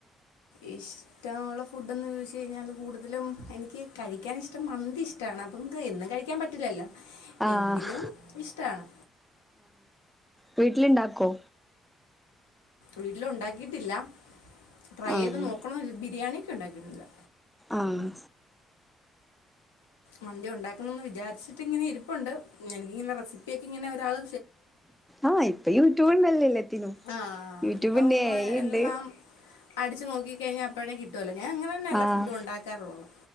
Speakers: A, on the left (about 80°); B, in the centre.
A: ഇഷ് ഷ്ടമുള്ള ഫുഡെന്ന് ചോദിച്ച് കഴിഞ്ഞാല് കൂട്തലും എനിയ്ക്ക് കഴിയ്ക്കാനിഷ്‌ടം മന്തിഷ് ടാണ്. അപ്പം ക്ക് എന്നും കഴിക്കാൻ പറ്റില്ലല്ലോ
B: ആഹ്
A: എങ്കിലും ഇഷ്ടാണ്.
B: വീട്ടില്ണ്ടാക്കോ?
A: വീട്ടിലൊ ഒണ്ടാക്കിട്ടില്ല. ട്രൈയ്ത്
B: ആഹ്
A: നോക്കണം. ബിരിയാണിയൊക്കെ ഉണ്ടാക്കിട്ടുണ്ട്.
B: ആഹ്
A: മന്തി ഉണ്ടാക്കണോന്ന് വിചാരിച്ചിട്ടിങ്ങനെ ഇരിപ്പുണ്ട്. ന്ന എനിക്കിങ്ങനെ റെസിപ്പി ഒക്കെ ഇങ്ങനെ ഒരാള്
B: ആഹ ഇപ്പ യൂട്യൂബ് ഉണ്ടല്ലേ എല്ലത്തിനും.
A: ആഹ്
B: ആ യൂട്യൂബ്
A: ഇപ്പം
B: ഇണ്ട്,
A: ഒന്ന്
B: എഐ ഉണ്ട്
A: എല്ലാം അടിച്ചു നോക്കി കഴിഞ്ഞാൽ അപ്പോഴേ കിട്ടുവല്ലേ ഞാൻ അങ്ങനെ തന്നെ എല്ലാ
B: ആഹ്
A: ഫുഡും ഉണ്ടാക്കാറുള്ളത്